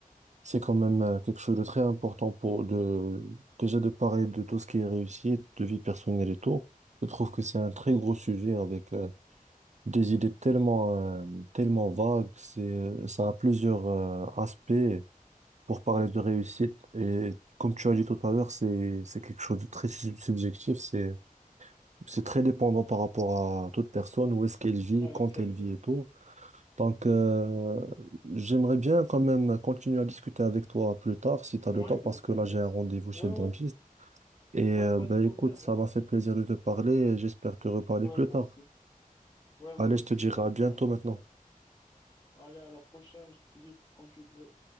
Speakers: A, on the right; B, on the left.
A: c'est quand même euh, quelque chose de très important pour de, déjà de parler de tout ce qui est réussite, de vie personnelle et tout. Je trouve que c'est un très gros
B: Ouais,
A: sujet avec euh, des idées tellement, euh, tellement vagues. C'est, ça a plusieurs euh, aspects. pour parler de réussite. Et comme tu as dit tout à l'heure, c'est c'est quelque chose de très sub- subjectif. C'est c'est très dépendant par rapport à toute personne, où est-ce qu'elle vit,
B: ouais,
A: quand
B: effectivement.
A: elle vit et tout. Donc, euh,
B: Ouais.
A: j'aimerais bien quand même continuer à discuter avec toi plus tard, si tu
B: Ouais,
A: as le temps,
B: bien
A: parce
B: sûr,
A: que là,
B: moi
A: j'ai
B: aussi.
A: un rendez-vous chez
B: Ouais,
A: le
B: ouais.
A: dentiste. Et euh,
B: Ouais, pas
A: ben,
B: de problème,
A: écoute, ça
B: ouais.
A: m'a fait plaisir de te parler et j'espère te reparler
B: Ouais,
A: plus
B: moi
A: tard.
B: aussi. Ouais, moi
A: Allez, je
B: aussi.
A: te dirai
B: Donc,
A: à bientôt
B: euh, alors,
A: maintenant.
B: je dirais. Allez, à la prochaine, je te dis quand tu veux.